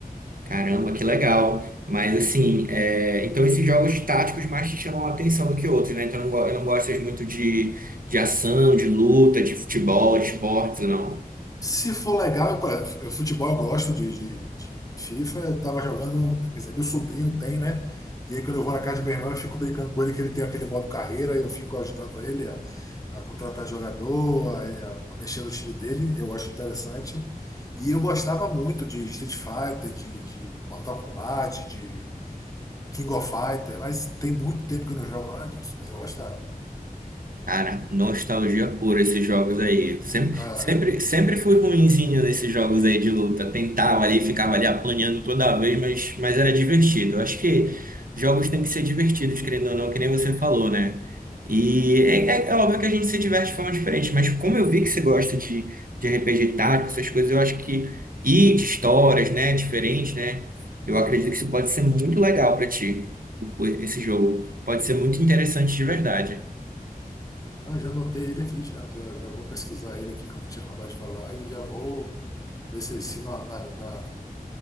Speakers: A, on the right; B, on the left.
A: Caramba, que legal. Mas assim, é, então esses jogos táticos mais te chamam a atenção do que outros, né? Então eu não, go- eu não gosto muito de, de ação, de luta, de futebol, de esportes, não.
B: Se for legal, eu, pra- eu- futebol eu gosto de, de- de FIFA. Eu tava jogando, quer dizer, meu sobrinho tem, né? E aí quando eu vou na casa de meu irmão, eu fico brincando com ele que ele tem aquele modo carreira, e eu fico ajudando ele a, a contratar jogador, a, a mexer no time dele. Eu acho interessante. E eu gostava muito de Street Fighter, de, de Mortal Kombat, de King of Fighter, mas tem muito tempo que eu não jogo nada disso, mas eu gostava.
A: Cara, nostalgia pura esses jogos aí. Sempre,
B: Ah,
A: sempre, sempre fui ruinzinho nesses jogos aí de luta. Tentava ali, ficava ali apanhando toda vez, mas, mas era divertido. Eu acho que jogos têm que ser divertidos, querendo ou não, que nem você falou, né? E é, é- é óbvio que a gente se diverte de forma diferente, mas como eu vi que você gosta de, de RPG tático, essas coisas, eu acho que e de histórias, né, diferente, né? Eu acredito que isso pode ser muito legal pra ti, o- esse jogo. Pode ser muito interessante de verdade.
B: Ah, já anotei ele aqui, já, já, já vou pesquisar ele aqui quando a gente acabar de falar e já vou ver se, se na, na, na-